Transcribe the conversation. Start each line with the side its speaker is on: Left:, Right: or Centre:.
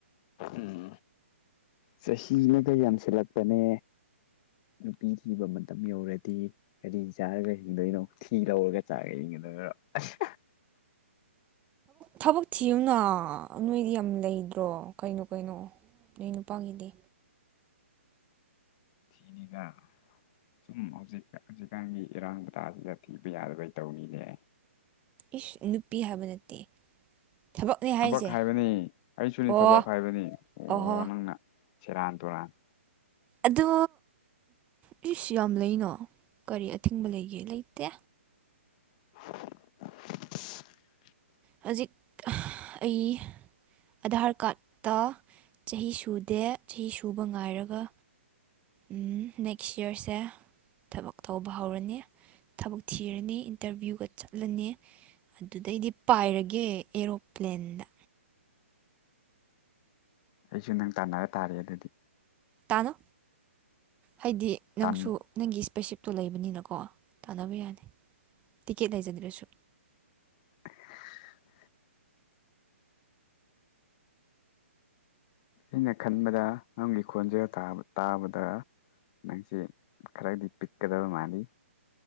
Left: ꯎꯝ ꯆꯍꯤꯅꯒ ꯌꯥꯝꯁꯤꯜꯂꯛꯄꯅꯦ ꯅꯨꯄꯤ ꯊꯤꯕ ꯃꯇꯝ ꯌꯧꯔꯗꯤ ꯀꯔꯤ ꯆꯥꯔꯒ ꯍꯤꯡꯗꯣꯏꯅꯣ ꯊꯤ ꯂꯧꯔꯒ ꯆꯥꯔꯒ ꯍꯤꯡꯉꯣ ꯑꯗꯨꯒ ꯑꯁ
Right: ꯊꯕꯛ ꯊꯤꯌꯨꯅ ꯅꯣꯏꯗꯤ ꯌꯥꯝ ꯂꯩꯗ꯭ꯔꯣ ꯀꯩꯅꯣ ꯀꯩꯅꯣ ꯅꯣꯏ ꯅꯨꯄꯥꯒꯤꯗꯤ
Left: ꯊꯤꯅꯤꯗ ꯁꯨꯝ ꯍꯧꯖꯤꯛ ꯍꯧꯖꯤꯛꯀꯥꯟꯒꯤ ꯏꯔꯥꯡꯃꯇꯥꯥꯁꯤꯗ ꯊꯤꯕ ꯌꯥꯗꯕꯩ ꯇꯧꯔꯤꯅꯦ
Right: ꯏꯁ ꯅꯨꯄꯤ ꯍꯥꯏꯕ ꯅꯠꯇꯦ ꯊꯕꯛꯅꯦ
Left: ꯊꯕꯛ
Right: ꯍꯥꯏꯁꯦ
Left: ꯍꯥꯏꯕꯅꯤ, ꯑꯩꯁꯨꯅꯤ
Right: ꯑꯣ
Left: ꯊꯕꯛ ꯍꯥꯏꯕꯅꯤ ꯑꯣ
Right: ꯑꯣꯍꯣ
Left: ꯅꯪꯅ ꯁꯦꯔꯥꯟ ꯇꯨꯔꯥꯟ
Right: ꯑꯗꯣ, ꯑꯩꯁꯨ ꯌꯥꯝ ꯂꯩꯅ ꯀꯔꯤ ꯑꯊꯤꯡꯕ ꯂꯩꯒꯦ ꯂꯩꯇꯦ
Left: <inaudible>
Right: ꯍꯧꯖꯤꯛ ꯑꯩ ꯑꯙꯥꯔ ꯀ꯭ꯔꯥꯠꯇ ꯆꯍꯤ ꯁꯨꯗꯦ ꯆꯍꯤ ꯁꯨꯕ ꯉꯥꯏꯔꯒ ꯃꯊꯪꯒꯤ ꯆꯍꯤꯗ ꯊꯕꯛ ꯇꯧꯕ ꯍꯧꯔꯅꯤ ꯊꯕꯛ ꯊꯤꯔꯅꯤ ꯏꯟꯇ꯭ꯔꯚꯤꯌꯨꯒ ꯆꯠꯂꯅꯤ ꯑꯗꯨꯗꯩꯗꯤ ꯄꯥꯏꯔꯒꯦ ꯑꯦꯔꯣꯄ꯭ꯂꯦꯟꯗ
Left: ꯑꯩꯁꯨ ꯅꯪ ꯇꯥꯟꯅꯔ ꯇꯥꯔꯦ ꯑꯗꯨꯗꯤ
Right: ꯇꯥꯅꯣ ꯍꯥꯏꯗꯤ ꯅꯪꯁꯨ
Left: ꯑꯩꯅ
Right: ꯅꯪꯒꯤ <unintelligible> ꯏꯁꯄꯦꯁꯤꯐ ꯂꯩꯕꯅꯤꯅꯀꯣ ꯇꯥꯟꯅꯕ ꯌꯥꯅꯤ ꯇꯤꯀꯦꯠ ꯂꯩꯖꯗ꯭ꯔꯁꯨ
Left: <inaudible> ꯑꯩꯅ ꯈꯟꯕꯗ ꯅꯪꯒꯤ ꯈꯣꯟꯖꯦꯜ ꯇꯥꯕꯗ ꯅꯪꯁꯦ ꯈꯔꯗꯤ ꯄꯤꯛꯀꯗꯕ ꯃꯥꯜꯂꯤ